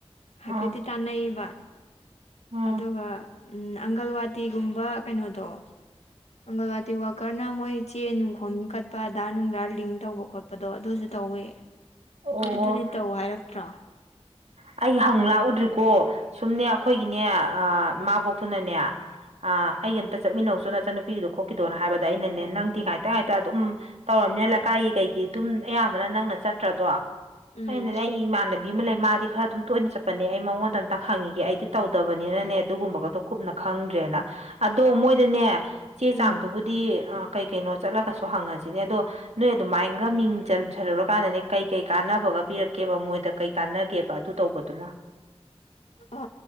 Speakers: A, on the left; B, on the right.
A: ꯍꯥꯏꯐꯦꯠꯇꯤ
B: ꯑꯥ
A: ꯇꯥꯟꯅꯩꯌꯦꯕ
B: ꯎꯝ
A: ꯑꯗꯨꯒ ꯎꯝ ꯑꯪꯒꯜꯋꯥꯇꯤꯒꯨꯝꯕ ꯀꯩꯅꯣꯗꯣ ꯑꯪꯒꯜꯋꯥꯗꯤ ꯋꯥꯀꯔꯅ ꯃꯣꯏ ꯆꯦ ꯅꯨꯡꯈꯣꯝ ꯀꯠꯄ ꯑꯙꯥ ꯅꯨꯡꯙꯥ ꯂꯤꯡ ꯇꯧꯕ ꯈꯣꯠꯄꯗꯣ ꯑꯗꯨꯁꯨ ꯇꯧꯋꯦ ꯅ
B: ꯑꯣ
A: ꯑꯗꯨꯗꯤ ꯇꯧ ꯍꯥꯏꯔꯛꯇ꯭ꯔꯣ
B: ꯑꯩ ꯍꯪ ꯂꯥꯛꯎꯗ꯭ꯔꯤꯀꯣ ꯁꯨꯝꯅꯦ ꯑꯩꯈꯣꯏꯒꯤꯅꯦ ꯏꯃꯥꯕꯣꯛꯇꯨꯅꯅꯦ ꯑ ꯑꯩ ꯑꯝꯇ ꯆꯠꯃꯤꯟꯅꯧꯁꯨ ꯅꯠꯇꯦ ꯅꯨꯄꯤꯒꯤꯗꯨꯣ ꯈꯣꯠꯈꯤꯗꯣꯅ ꯍꯥꯏꯕꯗ ꯑꯩꯅꯅꯦ ꯅꯪꯗꯤ ꯉꯥꯏꯇ ꯉꯥꯏꯇ ꯑꯗꯨꯝ ꯇꯧꯔꯝꯅꯤꯅ ꯂꯩꯀꯥꯏꯒꯤ ꯀꯩꯒꯤ ꯑꯗꯨꯝ ꯑꯌꯥꯝ ꯅꯪꯅ ꯆꯠꯇ꯭ꯔꯗꯣ
A: ꯎꯝ
B: ꯑꯩꯅꯅꯦ ꯑꯩ ꯏꯃꯥꯟꯅꯕꯤ ꯑꯃ ꯂꯩ ꯃꯥꯗꯤ ꯈꯔ ꯑꯗꯨꯝ ꯇꯣꯏꯅ ꯆꯠꯄꯅꯦ ꯑꯩ ꯃꯉꯣꯟꯗ ꯑꯝꯇ ꯈꯪꯉꯤꯒꯦ ꯑꯩꯗꯤ ꯇꯧꯗꯕꯅꯤꯅꯅꯦ ꯑꯗꯨꯒꯨꯝꯕꯒꯗꯣ ꯀꯨꯞꯅ ꯈꯪꯗ꯭ꯔꯦꯅ ꯑꯗꯣ ꯃꯣꯏꯗꯅꯦ ꯆꯦ
A: ꯎꯝ
B: ꯆꯥꯡꯗꯨꯕꯨꯗꯤ ꯀꯩ ꯀꯩꯅꯣ ꯆꯠꯂꯒꯁꯨ ꯍꯪꯉꯁꯤꯅꯦ ꯑꯗꯣ ꯅꯣꯏ ꯑꯗꯨꯃꯥꯏꯅꯒ ꯃꯤꯡ ꯆꯟꯁꯜꯂꯨꯔꯀꯥꯟꯗꯅꯦ ꯀꯩ ꯀꯩ ꯀꯥꯟꯅꯕ ꯐ ꯄꯤꯔꯛꯀꯦꯕ ꯃꯣꯏꯗ ꯀꯩ ꯀꯥꯟꯅꯒꯦꯕ ꯑꯗꯨ ꯇꯧꯕꯗꯨꯅ
A: ꯑ